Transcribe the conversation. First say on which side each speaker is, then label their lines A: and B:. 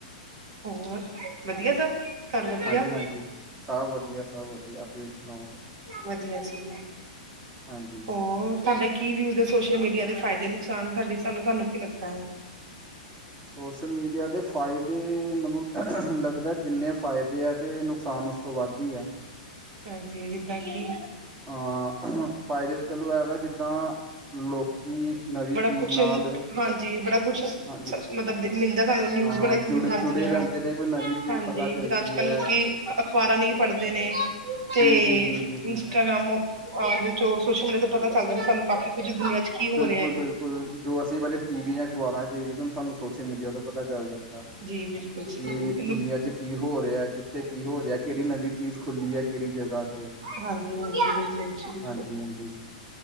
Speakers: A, on the right; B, on the right.
A: ਹੋਰ ਵਧੀਆ ਸਭ ਘਰ ਵਧੀਆ
B: ਹਾਂਜੀ ਹਾਂਜੀ ਸਭ ਵਧੀਆ ਸਭ ਵਧੀਆ ਤੁਸੀਂ ਸੁਣਾਓ
A: ਵਧੀਆ ਜੀ
B: ਹਾਂਜੀ
A: ਹੋਰ ਤੁਹਾਡੇ ਕੀ ਵੀ ਉਸਦੇ ਸੋਸ਼ਲ ਮੀਡੀਆ ਦੇ ਫਾਇਦੇ ਨੁਕਸਾਨ ਤੁਹਾਡੇ ਹਿਸਾਬ ਨਾਲ ਤੁਹਾਨੂੰ ਕੀ ਲੱਗਦਾ ਹੈ
B: ਸੋਸ਼ਲ ਮੀਡੀਆ ਦੇ ਫਾਇਦੇ ਮੈਨੂੰ ਲੱਗਦਾ ਜਿੰਨੇ ਫ਼ਾਇਦੇ ਆ ਤੇ ਨੁਕਸਾਨ ਉਸ ਤੋਂ ਵੱਧ ਹੀ ਆ
A: ਹਾਂਜੀ ਜਿੱਦਾਂ ਕੀ
B: ਹਾ ਫਾਇਦੇ ਤਾਂ ਚਲੋ ਐ ਵਾ ਜਿੱਦਾਂ ਲੋਕੀ ਨਵੀਂ
A: ਬੜਾ
B: ਚੀਜ਼
A: ਕੁਛ
B: ਨਾਲ
A: ਹਾਂਜੀ, ਬੜਾ ਕੁਛ
B: ਹਾਂਜੀ
A: ਮਤਲਬ ਮਿਲਦਾ ਸਾਨੂੰ ਨਿਊਜ
B: ਹਾਂ ਹਾਂ
A: ਵਗੇਰਾ ਵੀ
B: ਜੁੜ
A: ਮਿਲ ਜਾਂਦੀਆਂ
B: ਜੁੜੇ ਰਹਿੰਦੇ ਨੇ ਕੋਈ ਨਵੀਂ ਚੀਜ਼
A: ਹਾਂਜੀ
B: ਪਤਾ ਚੱਲਦੀ
A: ਜਿਦਾ ਅੱਜ ਕਲ
B: ਹੈ
A: ਲੋਕੀ ਅਖ਼ਬਾਰਾਂ ਲਈ ਪੜ੍ਹਦੇ ਨੇ ਤੇ
B: ਜੀ ਜੀ ਜੀ
A: ਇੰਸਟਾਗ੍ਰਾਮ
B: ਜੀ ਜੀ
A: ਅਹੋਂ ਸੋਸ਼ਲ ਮੀਡੀਆ ਤੋਂ ਪਤਾ ਚੱਲ ਜਾਂਦਾ ਸਾਨੂੰ ਕਾਫੀ ਕੁੱਝ ਦੁਨੀਆਂ ਚ ਕੀ ਹੋ ਰਿਅ
B: ਬਿਲਕੁਲ ਬਿਲਕੁਲ ਜੋ ਅਸੀਂ ਪਹਿਲੇ ਟੀ ਵੀ ਅਖ਼ਬਾਰਾਂ ਚ ਦੇਖਦੇ ਸੀ ਉਹ ਸਾਨੂੰ ਸੋਸ਼ਲ ਮੀਡੀਆ ਤੋਂ ਪਤਾ ਚੱਲ ਜਾਂਦਾ
A: ਜੀ ਬਿਲਕੁਲ ਜੀ
B: ਕਿ
A: ਇਹਨੂੰ
B: ਦੁਨੀਆਂ 'ਚ ਕੀ ਹੋ ਰਿਹਾ ਕਿੱਥੇ ਕੀ ਹੋ ਰਿਹਾ ਕਿਹੜੀ ਨਵੀਂ ਚੀਜ਼ ਖੁੱਲੀ ਹੈ ਕਿਹੜੀ ਜਗ੍ਹਾ ਚ
A: ਹਾਂਜੀ ਹਾਂਜੀ ਬਿਲਕੁਲ ਜੀ ਬਿਲਕੁਲ
B: ਹਾਂਜੀ ਹਾਂਜੀ